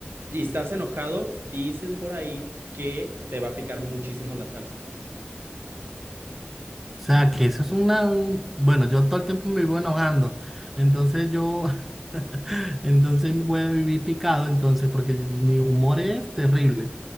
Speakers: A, on the right; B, in the centre.
A: y estás enojado, dicen por ahí que te va a picar muchísimo la salsa.
B: O sea, que eso es una... un- Bueno, yo todo el tiempo me vivo enojando. Entonces yo... <laughs> Entonces me voy a vivir picado, entonces, porque mi humor es terrible.